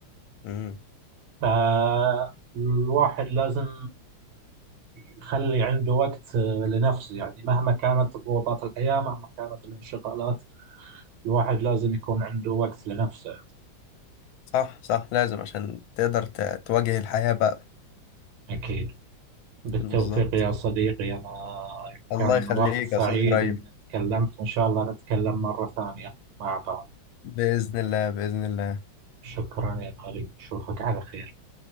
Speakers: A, on the left; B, on the right.
A: مم.
B: فالواحد لازم يخلي عنده وقت آه، لنفسه يعني مهما كانت ضغوطات الحياة مهما كانت الانشغالات الواحد لازم يكون عنده وقت لنفسه
A: صح صح لازم عشان تقدر ت- تواجه الحياة بقى
B: أكيد بالتوفيق
A: بالظبط
B: يا صديقي أنا كان
A: الله يخليك
B: وقت سعيد
A: يا أستاذ إبراهيم
B: إن تكلمت وإن شاء الله نتكلم مرة ثانية مع بعض
A: بإذن الله بإذن الله
B: شكرا يا غالي نشوفك على خير